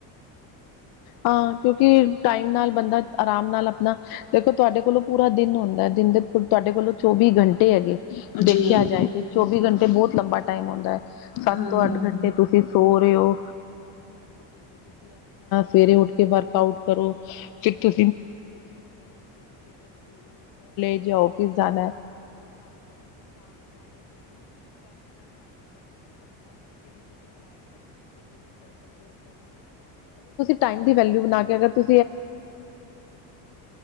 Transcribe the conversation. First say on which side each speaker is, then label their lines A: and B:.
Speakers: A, on the left; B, on the left.
A: ਹਾਂ ਕਿਉਂਕਿ ਟਾਈਮ ਨਾਲ ਬੰਦਾ ਆਰਾਮ ਨਾਲ ਆਪਣਾ ਦੇਖੋ ਤੁਹਾਡੇ ਕੋਲੋਂ ਪੂਰਾ ਦਿਨ ਹੁੰਦਾ। ਦਿਨ ਦੇ ਤੁਹਾਡੇ ਕੋਲੋਂ ਚੌਵੀ ਘੰਟੇ ਹੈਗੇ।
B: ਜੀ
A: ਦੇਖਿਆ ਜਾਏ ਤੇ ਚੌਵੀ ਘੰਟੇ ਬਹੁਤ ਲੰਬਾ ਟਾਈਮ ਹੁੰਦਾ ਸੱਤ
B: ਹਮ
A: ਤੋਂ ਅੱਠ
B: ਹਮ
A: ਘੰਟੇ ਤੁਸੀਂ ਸੋ ਰਹੇ ਔ। ਸਵੇਰੇ ਉੱਠ ਕੇ ਵਰਕ ਆਊਟ ਕਰੋ। ਚਲੇ ਜਾਓ ਪੀਜ਼ਾ ਲੈਣ। <unintelligible> ਟਾਈਮ ਦੀ ਵੈਲਿਊ ਬਣਾ ਕੇ ਅਗਰ